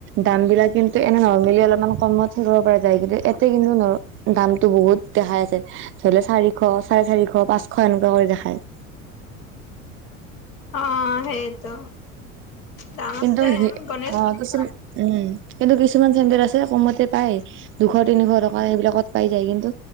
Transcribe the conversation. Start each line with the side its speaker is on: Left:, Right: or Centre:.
Right: দাম বিলাক কিন্তু এনে নৰ্মেলি অলপমান কমত- ধৰিব পৰা যায়। কিন্তু এয়াতে কিন্তু ন দামটো বহুত দেখাই আছে ধৰি লোৱা চাৰি- শ চাৰে চাৰিশ পাঁচশ এনেকুৱা কৰি দেখায়।
Left: অঁ সেইটো, দাম
Right: কিন্তু
Left: আছে
Right: সি
Left: উম গণেশগুৰিত
Right: অ কিছু
Left: ভাল।
Right: উম' কিন্তু কিছুমান চেণ্ডেল আছে কমতে পায়। দুশ তিনিশ টকা সেইবিলাকত পাই যায় কিন্তু